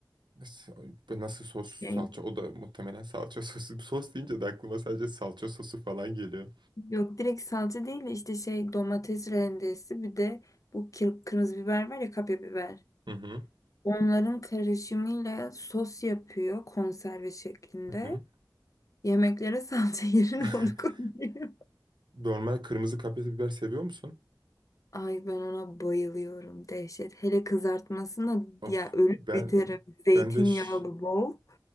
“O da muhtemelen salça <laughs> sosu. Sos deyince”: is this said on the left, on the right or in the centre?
Right